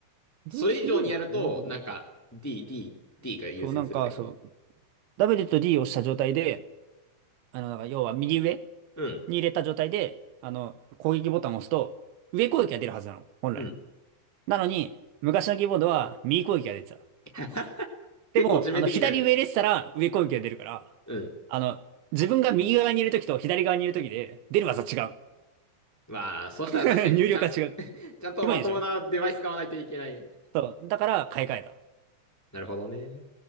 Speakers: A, in the centre; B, on the right (about 85°).
A: それ以上にやると、
B: 同情しできるのかなどこかな
A: なんか、D、D、D が優先するって感じ。
B: そう、なんか、そう、W と D を押した状態で、あの、だから要は右上
A: うん、
B: に入れた状態で、あの、攻撃ボタンを押すと、上攻撃が出るはずなの、本来。
A: うん。
B: なのに、昔のキーボードは右攻撃が出てた。
A: <laughs>
B: でも、
A: 結構致命的じゃん。
B: あの、左上入れてたら上攻撃が出るから、
A: うん。
B: あの、自分が右側にいるときと左側にいるときで、出る技違う。
A: まあ、そしたら確かに、
B: <laughs> 入力が違う。
A: ちゃん、ちゃんとまともなデバイス買わないといけないね。
B: キモいでしょそう。だから、買い替えた。
A: なるほどね。